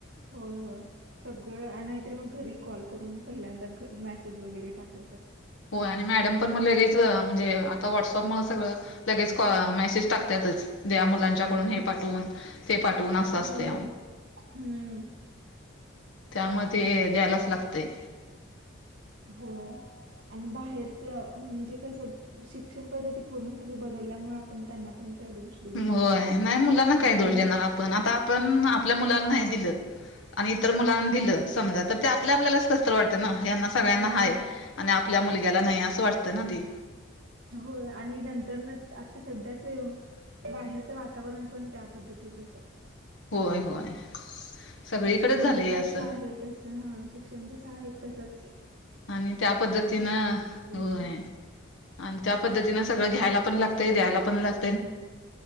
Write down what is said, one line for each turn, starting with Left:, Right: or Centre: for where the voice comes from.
Right: होय होय सगळं नाहीतरी मग घरी कॉल करून पहिल्यांदा मेसेज वगैरे पाठवतात
Left: हो आणि मॅडम पण मला लगेच म्हणजे आता व्हॉट्सअप म सगळं लगेच मेसेज टाकतातच द मुलांच्याकडून हे पाठवून ते पाटव ना स असते
Right: होय
Left: आ
Right: होय हम्म
Left: त्यामध्ये द्यायलाच लागते
Right: होय आणि बाहेरच म्हणजे कस शिक्षण पद्धती. पूर्ण सगळे बदलल्यामुळे आपण त्यांना पण काही दोष देऊ शकत
Left: होय नाही मुलांना काही
Right: आपलं
Left: दोष देणार. आ आपण आपल्या मुलांना नाही दिलं आणि इतर मुलांना
Right: हा
Left: दिलं समजा. ते आपल्या आपल्यालाच कसत वाटतं ना हना सगळ्यांना
Right: होय
Left: हाय आणि आपल्या मुलग्याला नाही असं वाटतं ना ती.
Right: होय आणि नंतर न आता सध्याच. बाहेरचं वातावरण पण त्या पद्धतीचंच आहे.
Left: होय होय. सगळीकडेच
Right: शिक्षण
Left: झालंय
Right: जस
Left: असं
Right: आहे तसं हा शिक्षण जसं आहे तसच.
Left: आणि त्या पद्धतीनं होय
Right: सगळं
Left: आणि त्या पद्धतीनं सगळं घ्यायला पण लागत. ते द्यायला पण लागते.